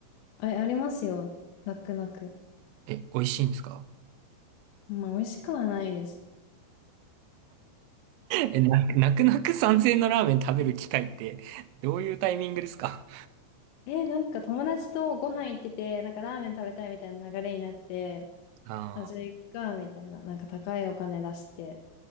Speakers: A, on the left; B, on the right.
A: あ、ありますよ。泣く泣く。
B: え、美味しいんですか
A: まあ、美味しくはないです。
B: え、な、<laughs> 泣く泣く参円のラーメン食べる機会って、どういうタイミングですか
A: えーなんか友達とご飯行ってて、なんかラーメン食べたいみたいな流れになって、
B: <laughs>
A: まあ、じゃあ行くか、
B: ああ
A: みたいな。なんか高いお金出して、